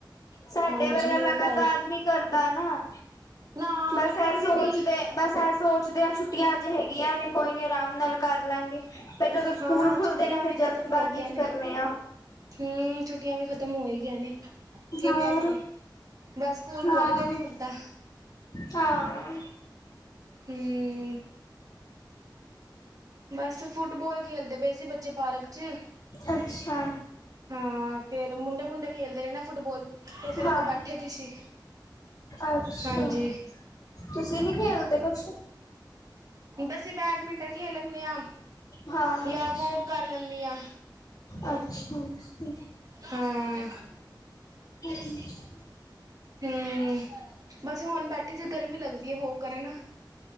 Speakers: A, on the left (about 50°); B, on the right (about 50°).
A: ਸਾਡੇ
B: ਹਾਂਜੀ
A: ਵਰਗਾ ਲਗਾਤਾਰ
B: ਉਹ ਤਾਂ ਹੈ
A: ਨੀ ਕਰਦਾ ਨਾ
B: ਨਾ
A: ਬਾੱਸ
B: ਬਿਲਕੁਲ
A: ਏ
B: ਵੀ
A: ਸੋਚਦੇ,
B: ਨਹੀਂ
A: ਬਾੱਸ ਏ ਸੋਚਦੇ ਆ ਛੁੱਟੀਆਂ ਆੱਜ ਹੈਗੀਆਂ ਨੇ ਕੋਈ ਨੀ ਆਰਾਮ ਨਾਲ ਕਾਰ ਲਾਂਗੇ, ਫੇਰ ਜਦੋਂ ਸਕੂਲ
B: ਹਾਂ
A: ਖੁੱਲਦੇ
B: ਛੁੱਟੀਆਂ
A: ਨੇ
B: ਵੀ
A: ਫੇਰ
B: ਖਤਮ
A: ਜਲਦਬਾਜ਼ੀ
B: ਹੋ ਗਈਆਂ
A: ਚ
B: ਨੇ
A: ਕਰਨੇ ਆ।
B: ਹਮ ਛੋਟੀਆਂ ਵੀ ਖ਼ਤਮ ਹੋ ਹੀਗਈ ਨੇ ਕਿਨੀਆਂ
A: ਹੋਰ
B: ਕਿ ਨੇ ਬਸ ਸਕੂਲ
A: ਹਾਂ
B: ਖੁੱਲ ਗ ਨੀ ਹੁੰਣ ਤਾਂ,
A: ਹਾਂ
B: ਹਮ ਬਸ ਫੁੱਟਬਾਲ ਖੇਲਦੇ ਪਏ ਸੀ ਬੱਚੇ ਪਾਰਕ ਚ
A: ਅੱਛਾ
B: ਹਾਂ ਫੇਰ ਮੁੰਡੇ ਮੁੰਡੇ ਖੇਲਦੇ ਨੇ ਨਾ ਫੁੱਟਬੋਾਲ ਤੇ ਫਿਰ
A: ਹਾਂ
B: ਆਪਾਂ ਬੈਠੇ ਦੀ ਸੀ
A: ਅੱਛਾ
B: ਹਾਂਜੀ
A: ਤੁਸੀਂ ਨੀ ਖੇਲਦੇ ਕੁਛ
B: ਬਸੀ ਬੈਡਮਿੰਟਨ ਖੇਲ ਲੈਂਦੇ ਹਾਂ
A: ਹਾਂ
B: ਜਾਂ
A: ਅੱਛਾ
B: ਵੋ ਕਰ ਲੈਂਦੇ ਹਾਂ
A: ਅੱਛਾ ਅੱਛਾ
B: ਹਾਂ।
A: ਹਮ
B: ਹਮ ਬਸ ਹੁਣ ਬੈਠੀ ਜੇ ਗਰਮੀ ਲੱਗਦੀ ਹੈ ਵੋ ਕਰਨ